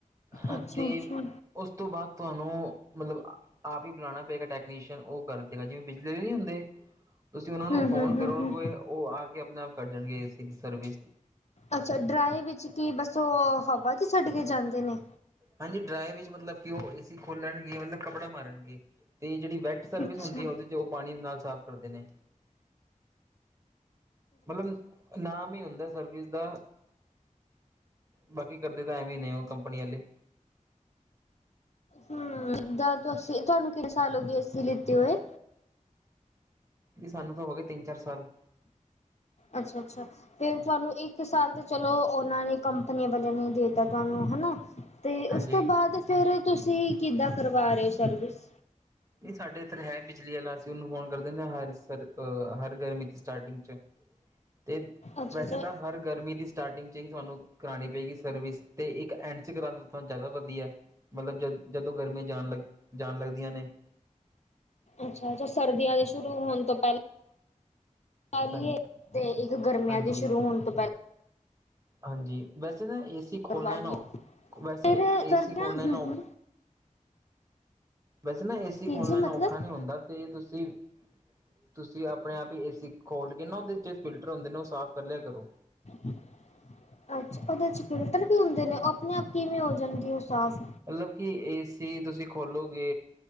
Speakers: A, on the right (about 25°); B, on the left (about 55°).
A: ਹਾਂ
B: ਅੱਛਾ-ਅੱਛਾ।
A: ਤੇ ਉਸ ਤੋਂ ਬਾਅਦ ਤੁਹਾਨੂੰ ਮਤਲਬ ਆਪ ਹੀ ਬੁਲਾਉਣਾ। ਟੈਕਨੀੀਸੀ ਅਨ ਉਹ ਕਰਦੇ ਜਿਵੇਂ ਬਿਜਲੀ ਦੇ ਨਹੀਂੀ ਹੁੰਦੇ ਤੁਸੀਂ ਉਹਨਾ
B: ਹੂੰ-ਹੂੰ-ਹੂੰ-ਹੂੰ
A: ਨੂੰ ਫੋਨ ਕਰੋਗੇਗੇ। ਉਹ ਆ ਕੇ ਆਪਣੇ ਆਪ ਕਰ ਜਾਣਗੇ ਏ ਸੀ ਦੀ ਸਰਵਿਸ।
B: ਅੱਛਾ, ਡਰਾਏ ਵਿੱਚ ਕੀ ਬੱਸ ਉਹ ਹਵਾ ਚ ਛੱਡ ਕੇ ਜਾਂਦੇ ਨੇ।
A: ਹਾਂਜੀ, ਡਰਾਏ ਵਿੱਚ ਮਤਲਬ ਕਿ ਉਹ ਏਸੀ ਖੋਲਣਗੇ ਮਤਲਬ ਕੱਪੜਾ ਮਾਰਨਗੇ ਤੇ ਜਿਹੜੀ ਵੈਟ। ਸਰਵਿਸ
B: ਅੱਛਾ।
A: ਹੁੰਦੀ ਹੈ ਉਹਦੇ ਵਿਚ ਚ ਉਹ ਪਾਣੀ ਨਾਲ ਸਾਫ਼ ਕਰਦੇ ਨ। ਮਤਲਬ ਨਾਮ ਹੀ ਹੁੰਦਾ ਸਰਵਿਸ ਦਾ। ਬਾਕੀ ਕਰਦੇ ਤਾਂ ਐਵੇ ਹੀ ਨੇ ਉਹ ਕੰਪਨੀ ਵਾਲੇ।
B: ਹੂੰ ਜਿੱਦਾਂ ਅਸੀਂ ਤੁਹਾਨੂੰ ਕਿੰਨ ਸਾਲ ਹੋ ਗਏ ਐਸੀ ਲਿੱਤੀ ਹੋਏ,
A: ਵੀ ਸਾਨੂੰ ਤਾਂ ਹੋ ਗਏ ਤਿੰਨ ਚਾਰ ਸਾਲ।
B: ਅੱਛਾ, ਅੱਛਾ। ਫਿਰ ਤੁਹਾਨੂੰ ਇੱਕ ਸਾਲ ਤਾਂ ਚਲੋ, ਉਹਨਾਂ ਨੇ ਕੰਪਨੀਆਂ ਵਾਲਿਆਂ ਨੇ ਦੇਤਾ ਤੁਹਾਨੂੰ ਹਨਾ। ਅਤੇ
A: ਹਾਂਜੀ
B: ਉਸ ਤੋਂ ਬਾਅਦ ਫਿਰ ਤੁਸੀਂ ਕਿੱਦਾਂ ਕਰਵਾ ਰਹੇ ਹੋ ਸਰਵਿਸ।
A: ਨਹੀਂ ਸਾਡੇ ਇੱਧਰ ਹੈ, ਬਿਜਲੀ ਵਾਲਾ ਅਸੀਂ ਉਹਨੂੰ ਫੋਨ ਕਰ ਦਿੰਦੇ ਹ ਹਰ ਗਰਮੀ ਤੇ ਸਟਾਰਟਿੰਗ ਚ। ਤੇ
B: ਅੱਛਾ-ਅੱਛਾ,
A: ਵੈਸੇ ਤਾਂ ਹਰ ਗਰਮੀ ਦੀ। ਸਟਾਰਟਿੰਗ ਚ ਹੀ ਤੁਹਾਨੂੰ ਕਰਾਣੀ ਪਏਗੀ ਸਰਵਿਸ ਤੇ ਇੱਕ ਐਂਡ ਚ ਕਰਾਨੂੰ ਜ਼ਦਾ ਵਧੀਆ। ਮਤਲਬ ਜਦੋਂ ਗਰਮੀੀਆਂ ਜਾਣ ਲੱਗਦੀਆਂ ਨੇ।
B: ਅੱਛਾਛ, ਸਰਦੀਆਂ ਦੇ ਸ਼ੁਰੂ ਹੋਣ ਤੋਂ ਪਹਿਲਾਂ। ਚੀਏ
A: ਹਾਂਜੀ
B: ਤੇ ਇੱਕ ਗਰਮੀਆਂ
A: ਹਾਂਜੀ
B: ਦੀ ਸ਼ੁਰੂ ਹੋਣ ਤੋਂ, ਪਹਿਲਾਂ।
A: ਹਾਂਜੀ ਵੈਸੇ ਨਾ ਏ ਸੀ ਖੋਲ
B: ਕਰਵਾ
A: ਲੈਣਾ
B: ਦੀਏ
A: ਹੋ। ਵੈਸੇ
B: ਫਿਰ
A: ਏ
B: ਸਰਦੀਆਂ
A: ਸੀ ਖੋਲ ਲੈਣਾ
B: ਹੂੰ
A: ਹੋ।
B: ਹੂੰ
A: ਵੈਸੇ ਨਾ ਏਸੀ
B: ਕੀ
A: ਖੋਨ
B: ਜੀ
A: ਲੈਣਾ
B: ਮਤਲਬ
A: ਔਖਾ ਨੀ ਹੁੰਦਾ ਤੇ ਤੁਸੀਂ ਤੁਸੀਂ ਆਪਣੇ ਆਪ ਹੀ ਏਸੀ ਖੋਲ ਕੇ ਨਾ ਉਹਦੇ ਜਿਹੜੇ ਫਿਲਟਰ ਹੁੰਦੇ ਨੇ ਉਹ ਸਾਫ਼ ਕਰ ਲਿਆ ਕਰੋ।
B: ਅੱਛਾ ਉਹਦੇ ਚ ਫਿਲਟਰ ਵੀ ਹੁੰਦੇ ਨੇ ਉਹ ਆਪਣੇ ਆਪ ਕਿਵੇਂ ਹੋ ਜਾਣਗੇ ਉਹ ਸਾਫ਼
A: ਮਤਲਬ ਕਿ ਏਸੀ ਤੁਸੀਂ ਖੋਲੋਗੇ